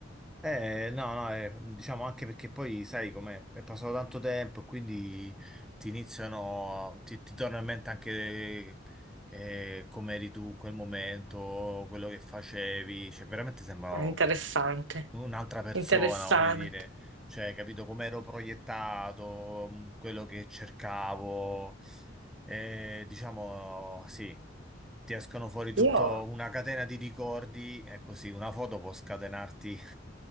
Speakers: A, in the centre; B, on the right.
A: Eh, no, no, eh, diciamo anche perché poi sai com'è, è passato tanto tempo e quindi ti iniziano, ti, ti torna in mente anche eh, come eri tu in quel momento, quello che facevi, cioè veramente sembra
B: È interessante,
A: un'altra persona,
B: interessante.
A: voglio dire, cioè, capito come ero proiettato, mh, quello che cercavo, Eh, diciamo, sì, ti escono fuori tutto
B: Io,
A: una catena di ricordi, è così, una foto può scatenarti <laughs>